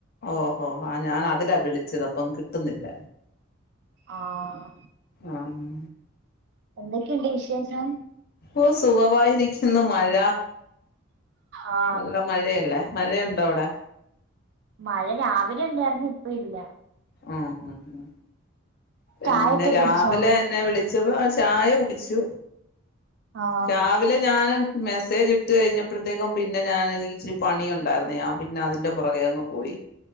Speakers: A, on the left; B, on the right.
A: ഓഹ് ഹോ ഞാൻ അതിലാ വിളിച്ചെത് അപ്പം കിട്ടുന്നില്ല.
B: ആഹ്
A: ആഹ്
B: എന്തെക്കെ ഇണ്ട് വിശേഷം?
A: ഓഹ് സുഖവായി നിക്കുന്നു മഴ
B: ആ
A: നല്ല മഴ അല്ലെ? മഴ ഇണ്ടോ അവ്ടെ?
B: മഴ രാവിലെ ഇണ്ടായിരുന്നു ഇപ്പ ഇല്ല.
A: ആഹ് ആഹ് ആഹ് പിന്നെ
B: ചായൊക്കെ
A: രാവിലെ
B: കുടിച്ചോ
A: ന്നെ വിളിച്ചപ്പോ ചായകുടിച്ചു
B: ആ
A: രാ വിലെ ഞാൻ അങ്ങ് മെസ്സേജ് ഇട്ട് കഴിഞ്ഞപ്പൾത്തേക്കും പിന്നെ ഞാൻ എനിക്ക് ഇച്ചിരി പണി ഉണ്ടാർന്നെ പിന്നെ അതിന്റെ പൊറകെ അങ്ങ് പോയി